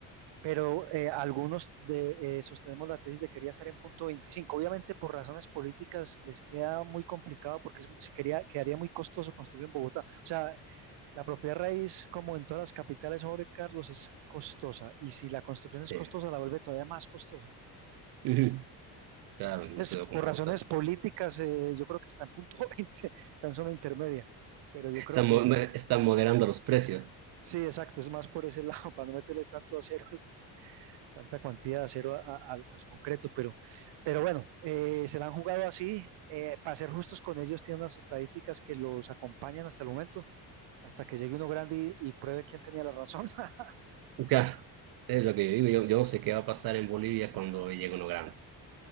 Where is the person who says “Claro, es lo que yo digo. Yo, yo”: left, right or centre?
Right